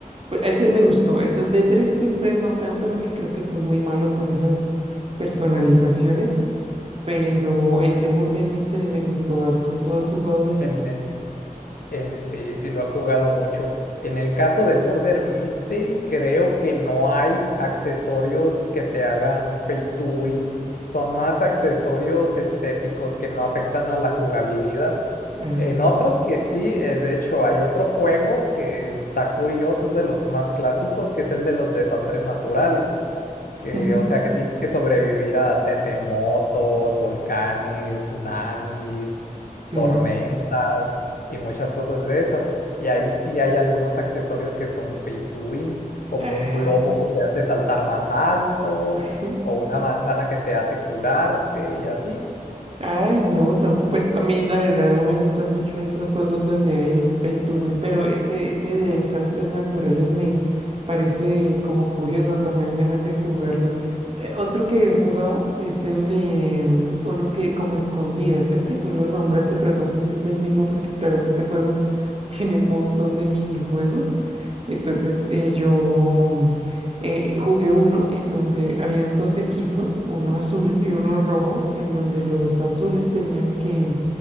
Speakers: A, on the right; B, on the left.
A: pues, ese me gustó. es- El de Dress to Impress no tanto, porque creo que soy muy malo con esas personalizaciones, pero el de Murder Mystery me gustó harto. ¿Tú has jugado ese?
B: En el En, sí, sí lo he jugado mucho. En el caso de Murder Mystery, creo que no hay accesorios que te hagan pay to win. Son más accesorios estéticos que no afectan a la jugabilidad.
A: Ah,
B: En otros que sí, eh, de hecho, hay otro juego que está curioso, es de los más clásicos, que es el de los desastres naturales.
A: <laughs>
B: Que, o sea, que tienes que sobrevivir a terremotos, volcanes, tsunamis,
A: sí.
B: tormentas y muchas cosas de esas. Y ahí sí hay algunos accesorios que son pay to win, como
A: Ah.
B: un globo que te hace saltar más alto,
A: <laughs>
B: o una manzana que te hace curarte y así.
A: Ay, no, tam- pues a mí la verdad no me gustan mucho esos juegos donde hay pay to win, pero ese, ese de desastres naturales me parece como curioso, hasta me dan ganas de jugarlo. Eh, Otro que he jugado es el de mm, uno que como escondidas, creo que tú lo nombraste, pero no sé si es el mismo porque claro, este juego <laughs> tiene un montón de minijuegos. Entonces eh, yo eh, eh, jugué uno en donde habían dos equipos, uno azul y uno rojo, en donde los azules tenían que